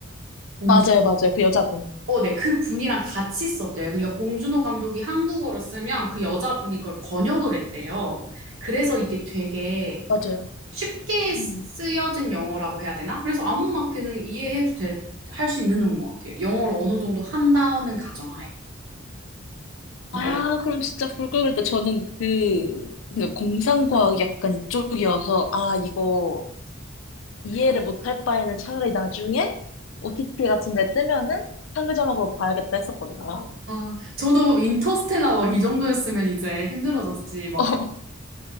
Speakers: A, on the right (about 80°); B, on the left (about 75°).
A: 봉준
B: 맞아요, 맞아요. 그 여자분.
A: 어, 네, 그 분이랑 같이 썼대요. 그러니까 봉준호 감독이 한국어로 쓰면 그 여자분이 그걸 번역을 했대요. 그래서 이게 되게
B: 맞아요.
A: 쉽게 쓰여진
B: 음.
A: 영어라고 해야 되나? 그래서 아무나 그냥 이해해도 될, 할 수 있는 정도 같아요. 영어를 어느 정도 한다는 가정하에. 막,
B: 아,
A: 어-
B: 그럼 진짜 볼 걸 그랬다. 저는 그, 그냥 공상과학 약간 이쪽이어서, 아, 이거 이해를 못할 바에는 차라리 나중에 OTT 같은 데 뜨면은 한글 자막으로 봐야겠다 했었거든요.
A: 아, 저도 인터스텔라 막 이 정도였으면 이제 힘들어졌지. 막,
B: <laughs> 어,